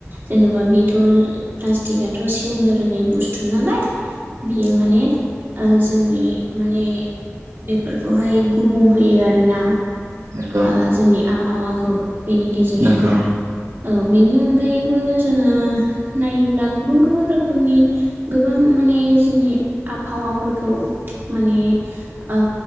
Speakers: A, on the right; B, on the right.
A: जेन'बा बेथ' प्लास्टिकआथ' सेवनो रोङै बुस्थु नालाय। बियो माने ओ जोंनि माने बेफोरखौहाय गुबुंहोयो आरोना।
B: नंगौ नंगौ
A: ओ जोंनि आबहावाखौ बेनि गेजेरजों।
B: नंगौ
A: औ बेनि अनगायैबो जोङो। नायोब्ला गुबुन-गुबुन रोखोमनि गोबां माने जोंनि आबहावाफोरखौ माने ओ